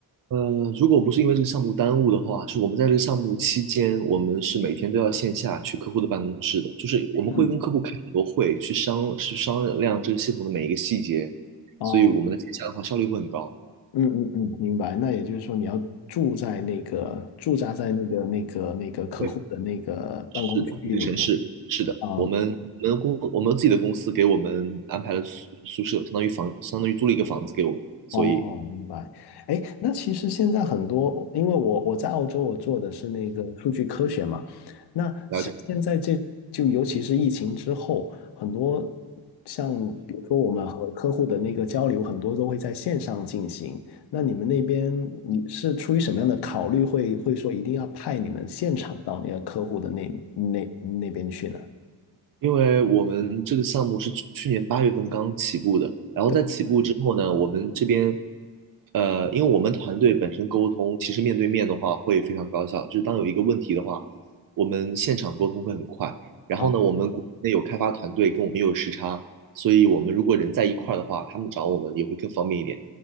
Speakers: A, on the right; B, on the left.
A: 呃，如果不是因为这个项目耽误的话，就是我们在这个项目期间，我们是每天都要线下去客户的办公室的，就是我们会跟客户开很多会，
B: 嗯，
A: 去商去商量这个系统的每一个细节，
B: 哦，
A: 所以我们的线下的话效率会很高。
B: 嗯嗯嗯，明白。那也就是说，你要住在那个驻扎在那个那个那个客户的那个办公区域里面。
A: 对，是的，那个城市是的，
B: 啊，
A: 我们我们公我们自己的公司给我们安排了宿宿舍，相当于房相当于租了一个房子给我们，所以。
B: 哦，明白。哎，那其实现在很多，因为我我在澳洲，我做的是那个数据科学嘛。那像现在这就尤其是疫情之后，
A: 了解。
B: 很多像比如说我们和客户的那个交流，很多都会在线上进行。那你们那边你是出于什么样的考虑会，会说一定要派你们现场到那个客户的那那那边去呢？
A: 因为我们这个项目是去年八月份刚起步的，然后在起步之后呢，
B: 对，
A: 我们这边，呃，因为我们团队本身沟通，其实面对面的话会非常高效，就是当有一个问题的话，我们现场沟通会很快。然后呢，
B: 啊。
A: 我们国内有开发团队跟我们也有时差，所以我们如果人在一块儿的话，他们找我们也会更方便一点。